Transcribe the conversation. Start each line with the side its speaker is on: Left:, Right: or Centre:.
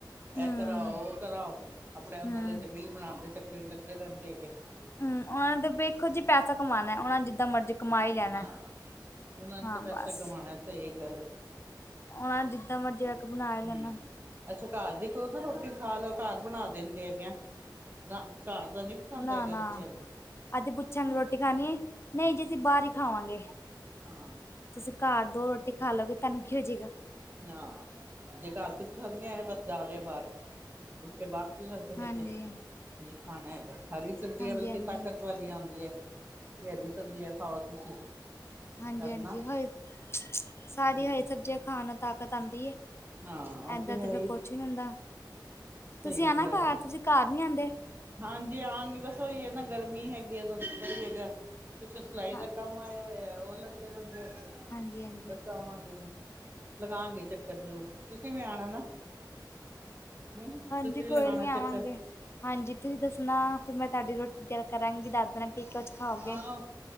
Left: ਹਮ
Right: ਇਹ ਕਰਾਓ ਉਹ ਕਰਾਓ ਆਪਣੇ ਉਹਨਾਂ
Left: ਹਮ
Right: ਦੇ ਤੇ ਬਿੱਲ ਬਣਾਣ ਦੇ ਚੱਕਰ ਹੀ ਲੱਗੇ ਰਹਿੰਦੇ ਹੈਗੇ।
Left: ਹ ਉਹਨਾਂ ਨੇ ਤਾਂ ਵੇਖੋ ਜੀ ਪੈਸਾ ਕਮਾਉਣਾ ਉਹਨਾ ਨੇ ਜਿੱਦਾਂ ਮਰਜ਼ੀ ਕਮਾ ਹੀ ਲੈਣਾ
Right: ਹਾਂ
Left: ਹੈ।
Right: ਉਹਨਾਂ
Left: ਹਾਂ
Right: ਨੇ ਤੇ ਪੈਸਾ
Left: ਬਸ
Right: ਕਮਾਉਣਾ ਸਹੀ ਗੱਲ।
Left: ਉਹਨਾ ਨੇ ਜਿੱਦਾਂ ਮਰਜੀ ਅਕ ਬਣਾ ਹੀ
Right: ਹਮ
Left: ਲੈਣਾ।
Right: ਅੱਛਾ ਘਰ ਦੀ ਕੋ ਨਾ ਰੋਟੀ ਖਾ ਲੋ ਘਰ ਬਣਾ ਦਿੰਦੇ ਹੈਗੇ ਆ ਨਾ ਘਰ ਦਾ ਨੀ ਪਸੰਦ
Left: ਨਾ
Right: ਹੈਗਾ
Left: ਨਾ
Right: ਬੱਚਿਆਂ ਨੂੰ।
Left: ਅਸੀਂ ਪੁੱਛਾਂਗੇ ਰੋਟੀ ਖਾਣੀ ਹੈ ਨਈ ਜੀ ਅਸੀ ਬਾਰ ਹੀ ਖਾਵਾਂਗੇ
Right: ਹਾਂ
Left: ਤੁਸੀਂ ਘਰ ਦੋ ਰੋਟੀ ਖਾ ਲਓਗੇ ਤਾਨ ਕੀ ਹੋ ਗਾ।
Right: ਨਾ ਜੇ ਘਰ ਕੁਛਾ ਸੰਦ ਨੀ ਆਯਾ ਬਸ ਜਾ ਰਹੇ ਬਾਰ। ਉੱਠ ਕੇ ਬਾਹਰ ਚਲੇ ਜਾਂਦੇ
Left: ਹਾਂਜੀ
Right: ਬੱਚੇ। ਨੀ ਖਾਣਾ ਹੈਗਾ ਹਰੀ ਸਬਜ਼ੀਆ
Left: ਹਾਂਜੀ
Right: ਬਲਕਿ
Left: ਹਾਂਜੀ
Right: ਤਾਕਤ ਵਾਲੀਆ ਹੁੰਦੀਐ। ਤੇ ਹਰੀ ਸਬਜ਼ੀਆ ਖਾਓ ਤੁਸੀਂ।
Left: ਹਾਂਜੀ-ਹਾਂਜੀ
Right: ਕਰਨਾ
Left: ਹ ਸਾਰੀ
Right: ਹਮ
Left: ਹਰੀ ਸਬਜ਼ੀਆਂ ਖਾਣ ਨਾ ਤਾਕਤ ਆਂਦੀ ਏ।
Right: ਹਾਂ ਉਹ
Left: ਏਦਾਂ ਤੇ
Right: ਹੈ
Left: ਫੇਰ
Right: ਹੀ
Left: ਕੁਛ ਵੀ ਨੀ ਹੁੰਦਾ,
Right: ਸਹੀ
Left: ਤੁਸੀਂ ਆਣਾ
Right: ਗੱਲ
Left: ਘਰ ਤੁਸੀਂ ਘਰ ਨੀ ਆਂਦੇ।
Right: ਹਾਂਜੀ ਆਵਾਗੀ ਬਸ ਉਹੀ ਹੈ ਨਾ ਗਰਮੀ ਹੈਗੀ ਆ ਤੁਹਾਨੂੰ ਪਤਾ ਹੀ ਹੈਗਾ ਕੁਛ ਸਿਲਾਈ
Left: ਹਾਂ
Right: ਦਾ ਕੰਮ ਆ ਆਏ ਹੋਏ ਆ ਉਹ ਲੱਗੇ ਰਹਿੰਦੇ ਹੈਗੇ,
Left: ਹਾਂਜੀ ਹਾਂਜੀ
Right: ਦੱਸ ਆਵਾਂਗੀ ਮੈਂ। ਲਗਾਗੀ ਚੱਕਰ ਜ਼ਰੂਰ, ਤੁਸੀਂ ਵੀ ਆਣਾ ਨਾ। ਹਮ
Left: ਹਾਂਜੀ
Right: ਤੁਸੀਂ ਵੀ ਲਗਾਉਣਾ
Left: ਕੋਈ ਨੀ ਆਵਾਂਗੇ।
Right: ਚੱਕਰ
Left: ਹਾਂਜੀ ਤੁਸੀਂ ਦੱਸਣਾ ਫਿਰ ਮੈਂ ਤੁਹਾਡੀ ਰੋਟੀ ਤਿਆਰ ਕਰਾਂਗੀ, ਦੱਸ ਦੇਣਾ ਕੀ ਕੁਝ ਖਾਓਗੇ।
Right: ਆਹ